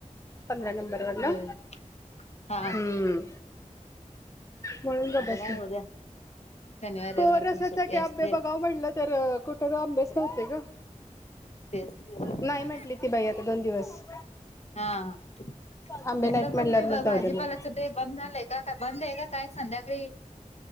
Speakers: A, on the left; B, on the left.
A: पंधरा नंबर वरनं
B: होय हा
A: हम्म म्हणून गब
B: आता
A: बसले.
B: काय उद्या शनिवार रविवार
A: हो रसासाठी
B: पण सुट्टी
A: आंबे
B: असते
A: बघाव म्हणलं तर, कुठवर आंबेच नव्हते ग.
B: तेच ते हा..
A: नाही म्हटली ती बाई आता दोन दिवस
B: हा.. तिथलं
A: आंबे नाहीत म्हणल्यावर
B: पण ते
A: मग जाऊ
B: भाजीपालाचं
A: दे म्हटलं
B: ते बंद झालंय का? का बंद आहे का काय संध्याकाळी?